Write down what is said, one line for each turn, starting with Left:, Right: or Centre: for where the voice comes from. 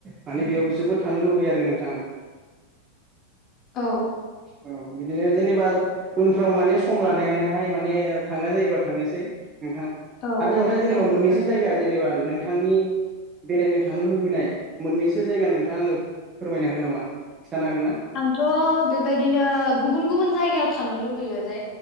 Right: माने बेयावबो जोबोद थांनो लुबैयो आरो नोंथां
Left: औ
Right: औ बिदिनो जेनेबा <unintelligible> उनफ्राव माने सम लानायानानैहाय माने थांनाय जायोबा थांनोसै नोंथां
Left: औ
Right: आरो नोंथाङा
Left: औ
Right: जेनेबा
Left: औ नोंथां
Right: मोननैसो जायगा जेनेबा नोंथांनि बेरायनो था थांनो लुबैनाय मोननैसो जायगा नोंथाङा आङो फोरमायनो हागोन नामा? खिन्थानो हागोन ना
Left: आंथ' बेबायदिनो गुबुन गुबुन जायगायाव थां थांनो लुबैयो जे